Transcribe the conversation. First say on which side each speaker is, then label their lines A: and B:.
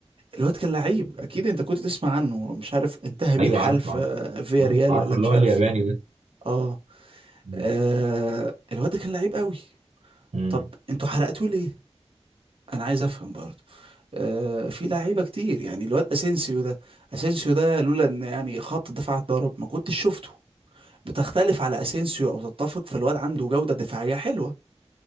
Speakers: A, on the right; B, on the right.
A: الواد كان لعيب اكيد انت كنت تسمع عنه مش عارف انتهى بيه
B: ايوه
A: الحال
B: عارف
A: في
B: عارف
A: فيا
B: عارف,
A: ريال
B: عارف
A: ولا
B: اللي
A: مش
B: هو
A: عارف
B: الياباني
A: ايه
B: ده
A: اه,
B: مم.
A: آه الواد ده كان لعيب قوي
B: امم
A: طب انتوا حرقتوه ليه انا عايز افهم برضه آه، في لعيبه كتير يعني الواد اسينسيو ده اسينسيو ده لولا ان يعني خط الدفاع اتضرب ما كنتش شفته بتختلف على اسينسيو او تتفق فالواد عنده جوده دفاعيه حلوه